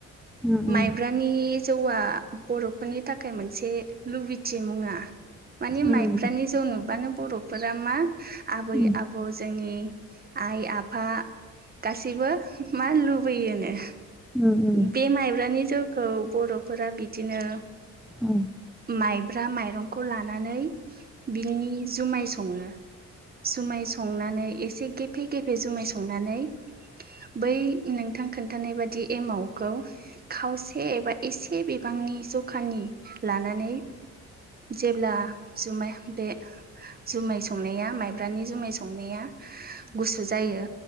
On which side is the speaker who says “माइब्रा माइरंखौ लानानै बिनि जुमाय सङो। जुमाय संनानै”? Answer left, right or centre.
Right